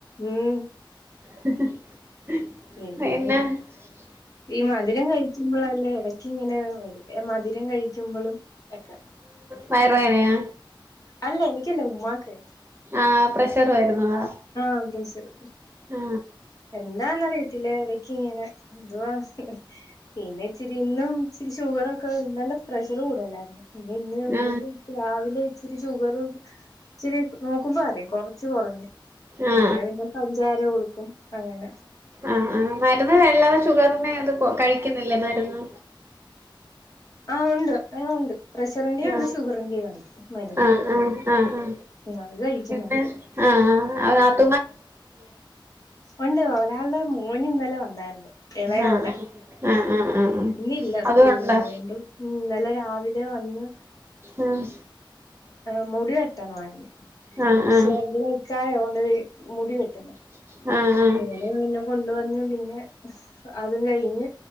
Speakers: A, on the left (about 45°); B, on the right (about 30°).
A: ഉം
B: <unintelligible>
A: പിന്നെ ഈ മധുരം കഴിക്ക് ഉള്ളതല്ലേ എടക്ക് ഇങ്ങനെ വരും മധുരം കഴിക്കുമ്പളും ഒക്കെ-
B: വയറ് വേനയോ
A: അല്ല എനിക്കല്ലേ ഉമ്മാക്ക്
B: ആ പ്രഷറ് വരുന്നതാ
A: ആഹ് പ്രഷറ്
B: ആ
A: എന്താന്നറിയത്തില്ലേ എടക്കിങ്ങനെ എന്തുവാ- പിന്നെ ഇച്ചിരി ഇന്നും ഷുഗറൊക്കെ ഇന്നലെ പ്രഷർ കൂടുലാരുന്നു പിന്നെ ഇന്ന്-
B: ആ
A: രാവിലെ ഇച്ചിരി ഷുഗറും ഇച്ചിരിനോക്കുമ്പോ അറിയാം കൊറച്ച് കൊറഞ്ഞു
B: ആ
A: അങ്ങനെ പിന്നെ പഞ്ചാര കൊടുക്കും അങ്ങനെ
B: ആഹ് ആഹ് മരുന്ന് അല്ലാതെ ഷുഗറിനെ അത് കയിക്കുന്നില്ലേ മരുന്ന്
A: ആഹ് ഒണ്ട് ആഹ് ഒണ്ട് പ്രഷറിന്റെ
B: ആ
A: ഒണ്ട് ഷുഗറിന്റെ ഒണ്ട് മരുന്ന്
B: ആ ആ ആ ആ
A: അത് കഴിക്കുന്നു
B: പിന്നെ ആഹ് ആഹ് അത് ആന്
A: ഒണ്ട് ഒരാളുടെ മോന് ഇന്നലെ വന്നായിരുന്നു എളേ
B: ആ
A: ആളുടെ
B: ആ ആ ആ ആ
A: ഇന്നില്ല
B: അതും
A: സ്കൂളില്
B: ഉണ്ടോ
A: അതൊണ്ട്‌ ഇന്നലെ രാവിലെ- ദെ വന്ന്
B: ആഹ്
A: ആ മുടി വെട്ടണമായിരുന്നു
B: ആ
A: പക്ഷെ <unintelligible> മുടി വെട്ടുന്നത്
B: ആഹ് ആഹാ
A: പിന്നെ ന്നെ കൊണ്ടുവന്ന് പിന്നെ അതു കയിഞ്ഞ്